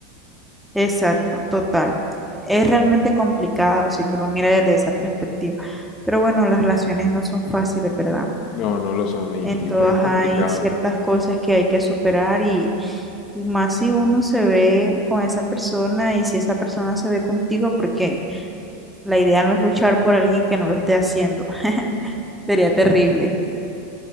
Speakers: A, in the centre; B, on the left (about 50°).
A: Exacto, total. Es realmente complicado si tú lo miras desde esa perspectiva. Pero bueno, las relaciones no son fáciles, ¿verdad?
B: No, no lo son y,
A: En
B: y
A: todas
B: pues es complicado.
A: hay ciertas cosas que hay que superar y, y más si uno se ve con esa persona y si esa persona se ve contigo, porque la idea no es luchar por alguien que no lo esté haciendo. <laughs> Sería terrible.